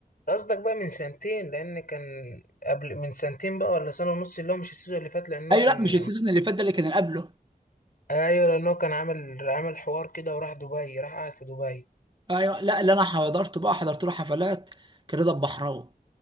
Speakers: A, on the left; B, on the right.
A: قصدك بقى من سنتين لان كان قبل من سنتين بقى ولا سنة ونص اللي هو مش السيزون اللي فات لان هو
B: أيوة
A: كان
B: لأ مش السيزون اللي فات ده اللي كان اللي قبله
A: ايوه لان هو كان عامل عامل حوار كده وراح دبي راح قاعد في دبي
B: أيوة لأ اللي أنا حضرته بقى حضرت له حفلات كان رضا البحراوي